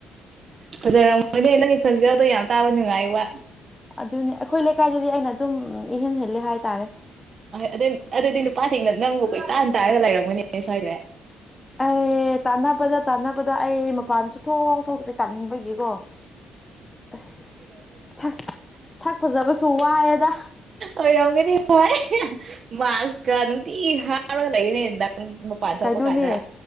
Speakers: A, on the right; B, on the left.
A: ꯐꯖꯔꯝꯃꯣꯏꯅꯦ ꯅꯪꯒꯤ ꯈꯟꯖꯎꯗꯣ ꯌꯥꯝ ꯇꯥꯕ ꯅꯨꯡꯉꯥꯏ ꯋꯥ
B: ꯑꯗꯨꯅꯤ ꯑꯩꯈꯣꯏ ꯂꯩꯀꯥꯏꯗꯗꯤ ꯑꯩꯅ ꯑꯗꯨꯝ ꯏꯍꯦꯟ ꯍꯦꯜꯂꯤ ꯍꯥꯏꯇꯥꯔꯦ
A: ꯑꯗꯨ ꯑꯗꯨꯗꯤ ꯅꯨꯄꯥꯁꯤꯡꯅ ꯅꯪꯕꯨ ꯀꯩ ꯇꯥꯟ ꯇꯥꯔꯒ ꯂꯩꯔꯝꯒꯅꯦꯅꯦ ꯁ꯭ꯋꯥꯏꯗ꯭ꯔꯦ
B: ꯑꯦ ꯇꯥꯟꯅꯕꯗ ꯇꯥꯟꯅꯕꯗ ꯑꯩ ꯃꯄꯥꯟ ꯁꯨꯊꯣꯛ ꯊꯣꯛꯇꯦ ꯇꯥꯅꯤꯡꯕꯒꯤꯀꯣ ꯑꯁ ꯁꯛ ꯐꯖꯕꯁꯨ ꯋꯥꯏꯑꯦꯗ
A: ꯑ ꯌꯥꯎꯒꯅꯤ ꯚꯥꯏ ꯃꯥꯛꯁꯀ ꯅꯨꯡꯇꯤ ꯍꯥꯎꯔꯒ ꯂꯩꯒꯅꯤ ꯅꯪ ꯃꯄꯥꯟ ꯊꯣꯛꯄ
B: ꯀꯩꯅꯣꯅꯦ
A: ꯀꯥꯟꯗ